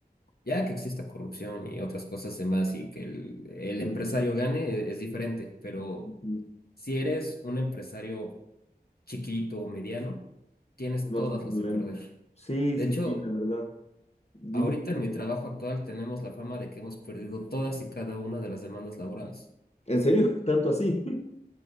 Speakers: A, on the left (about 65°); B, on the left (about 40°).
A: Ya que exista corrupción y otras cosas demás y que el, el empresario gane e- es diferente, pero
B: ujú.
A: si eres un empresario chiquito o mediano, tienes
B: Es más
A: todas
B: un problema.
A: las de perder.
B: Sí,
A: De
B: sí,
A: hecho,
B: sí, la verdad. Dime.
A: ahorita en mi trabajo actual tenemos la fama de que hemos perdido todas y cada una de las demandas laborales.
B: ¿En serio? <laughs> ¿Tanto así? <laughs>